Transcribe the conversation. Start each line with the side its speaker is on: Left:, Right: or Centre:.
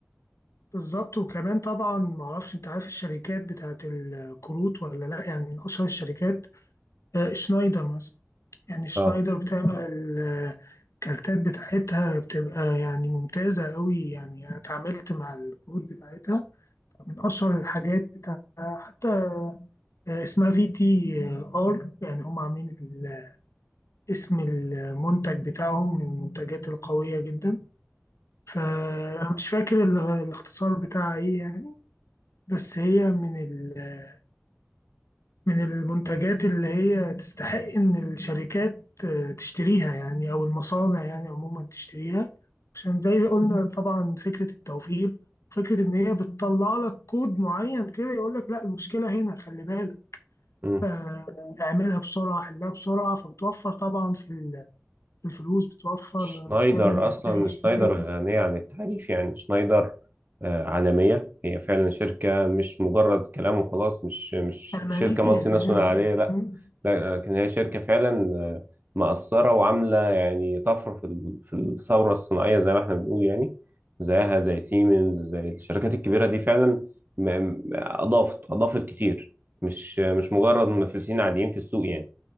Left: بالظبط وكمان طبعا معرفش أنت عارف الشركات بتاعت الكروت ولا لأ يعني من أشهر الشركات آه، شنايدر مثلا يعني شنايدر
Right: اه
Left: بتعمل ال- الكارتات بتاعتها بتبقى يعني ممتازة أوي يعني أنا اتعاملت مع الكروت بتاعتها من اشهر الحاجات بتاع حتى اسمها في تي ار يعني هم عاملين ال- اسم المنتج بتاعهم من المنتجات القويه جدا فانا مش فاكر ال- الاختصار بتاعها ايه يعني بس هي من ال- من المنتجات اللي هي تستحق ان الشركات تشتريها يعني او المصانع يعني عموما تشتريها عشان زي ما قلنا طبعا فكره التوفير فكره ان هي بتطلع لك كود معين كده يقول لك لا المشكله هنا خلي بالك
Right: اه
Left: آه، اعملها بسرعه حلها بسرعه فبتوفر طبعا في ال- في الفلوس بتوفر
Right: شنايدر
Left: بتخلي الانتاج
Right: أصلا
Left: مستمر
Right: شنايدر غنية عن التعريف يعني شنايدر آه، عالمية هي فعلا شركة مش مجرد كلام وخلاص مش مش
Left: الماليه
Right: مش شركة مالتي
Left: كمان
Right: ناشونال عادية لا
Left: آه. مم.
Right: لا لكن هي شركة فعلا آه، مأثرة وعاملة يعني طفرة في ال- في الثورة الصناعية زي ما احنا بنقول يعني زيها زي سيمنز زي الشركات الكبيرة دي فعلا م- م- أضافت أضافت كتير مش مش مجرد منافسين عاديين في السوق يعني